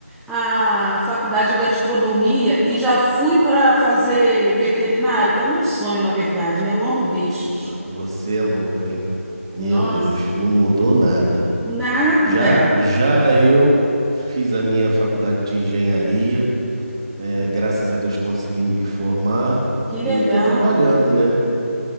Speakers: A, in the centre; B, on the right.
A: a faculdade de gastronomia e já fui para fazer veterinário, que é o meu sonho, na verdade, né? Eu amo bichos.
B: Você é louco, hein? Meu
A: Nossa,
B: Deus, não mudou nada.
A: nada.
B: Já, já eu fiz a minha faculdade de engenharia, é, graças a Deus consegui me formar
A: Que legal.
B: e tô trabalhando, né?